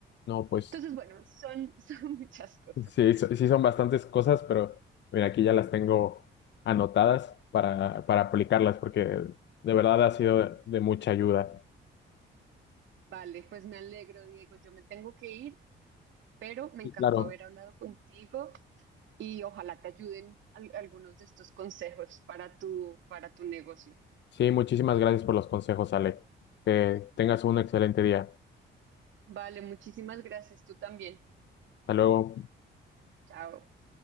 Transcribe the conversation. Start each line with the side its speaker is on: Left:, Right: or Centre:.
Left: No, pues
Right: Entonces, bueno, son, <laughs> son muchas cosas.
Left: sí, so- sí son bastantes cosas, pero mira, aquí ya las tengo anotadas para, para aplicarlas, porque de verdad ha sido de mucha ayuda.
Right: Vale, pues me alegro, Diego. Yo me tengo que ir, pero me
Left: Y
Right: encantó
Left: claro.
Right: haber hablado contigo y ojalá te ayuden al- algunos de estos consejos para tu, para tu negocio.
Left: Sí, muchísimas gracias por los consejos, Ale. Que tengas un excelente día.
Right: Vale, muchísimas gracias. Tú también.
Left: Hasta luego.
Right: Chao.